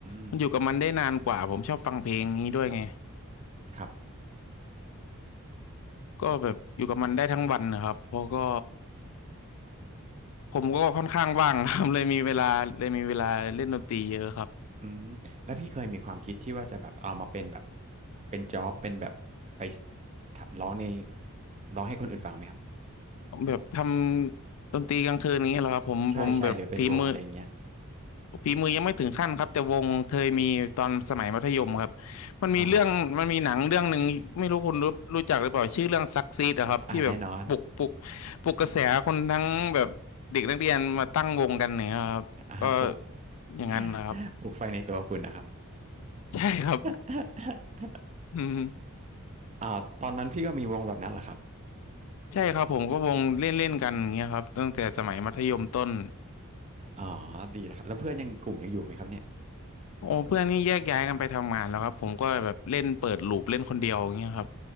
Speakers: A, on the right; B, on the left.
A: ม
B: มันอยู่กับมันได้นานกว่าผมชอบฟังเพลงนี้ด้วยไง
A: ครับ
B: ก็แบบอยู่กับมันได้ทั้งวันนะครับเพราะก็ผมก็ค่อนข้างว่างครับ <laughs> เลยมีเวลาเลยมีเวลาเล่นดนตรีเยอะครับ
A: อืมแล้วพี่เคยมีความคิดที่ว่าจะแบบเอามาเป็นแบบเป็นจ็อบเป็นแบบไปสร้องในร้องให้คนอื่นฟังไหมครับ
B: ผมแบบทำดนตรีกลางคืนนี้เหรอครับผมผมแบบฝีมือ
A: ใช่ใช่หรือเป็นวงอะไรอย่างเงี้ย
B: ฝีมือยังไม่ถึงขั้นครับแต่วงเคยมีตอนสมัยมัธยมครับมันมีเรื่องมันมีหนังเรื่องหนึ่งไม่รู้คุณรู้รู้จักหรือเปล่าชื่อเรื่องซักซีดอะครับที่แบบปลุกปลุก
A: อ๋ออาแน่นอน
B: ปลุกกระแสคนทั้งแบบเด็กนักเรียนมาตั้งวงกันเนี่ยครับก็
A: อะฮะปลุก <laughs>
B: อย่างนั้นนะครับ
A: ปลุกไฟในตัวคุณน่ะครับ
B: ใช่ครับ
A: <laughs>
B: <laughs> อืม
A: อ่าตอนนั้นพี่ก็มีวงแบบนั้นแหละครับ
B: ใช่ครับผมก็วงเล่นเล่นกันอย่างเงี้ยครับตั้งแต่สมัยมัธยมต้น
A: อ๋อดีนะครับแล้วเพื่อนยังกลุ่มยังอยู่ไหมครับเนี่ย
B: โอ้เพื่อนนี่แยกย้ายกันไปทำงานแล้วครับผมก็แบบเล่นเปิดลูปเล่นคนเดียวอย่างเงี้ยครับ